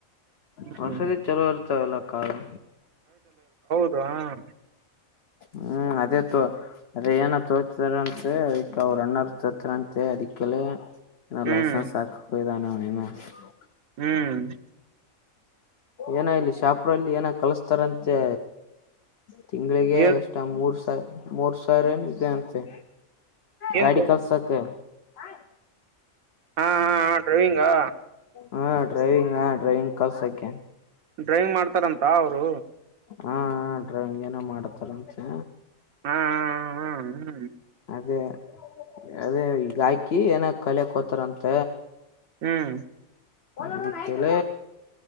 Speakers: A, on the left; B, on the right.
A: ಹೊಸದು
B: ಹ್ಮ್
A: ಚಲೋ ಇರ್ತವೆ ಎಲ್ಲ ಕಾರು
B: ಹಾ
A: ಹೂ ಅದೇ ತೋ ಅದೇ ಏನ ತೂಗೊತಿದರಂತೆ ಅದಕ್ಕೆ ಅವ್ರು ಅನ್ನ್ಣರ್ ತೋರ್ತಾರಂತೆ ಅದಕ್ಕೆಲ್ಲ ಇ
B: ಹ್ಮ್
A: ಲೈಸೆನ್ಸ್ ಹಾಕಕ ಹೋಗಿದನ <unintelligible>
B: ಹ್ಮ್
A: ಏನೋ ಇಲ್ಲಿ ಶಾಪೂರಅಲ್ಲಿ ಏನ ಕಲಸ್ತಾರಂತೆ ತಿಂಳಿಗೆ
B: ಏನ್
A: ಎಷ್ಟ ಮೂರ್ ಸ- ಮೋರ್ ಸಾವಿರ ಇದೆ ಅಂತೆ
B: ಏನ್
A: ಗಾಡಿ ಕಲ್ಸಕೆ <unintelligible>
B: ಹಾ ಹಾ ಹ ಡ್ರೈವಿಂಗಾ
A: ಹಾ ಡ್ರೈವಿಂಗ್ ಹಾ ಡ್ರೈವಿಂಗ್ ಕಲ್ಸಾಕೆ
B: ಡ್ರೈವಿಂಗ್ ಮಾಡ್ತಾರಂತ ಅವರು
A: ಹಾ ಡ್ರೈವಿಂಗ್ ಏನೋ ಮಾಡತಾರ ಅಂತೆ
B: ಹಾ ಹಾ ಹಾ ಹ್ಮ್
A: ಅದೇ ಅದೇ ಈಗ ಹಾಕಿ ಏನ ಕಲಿಯಕ್ೋತಾರಂತ
B: ಹ್ಮ್
A: ಅಕ್ಕೆೇಳ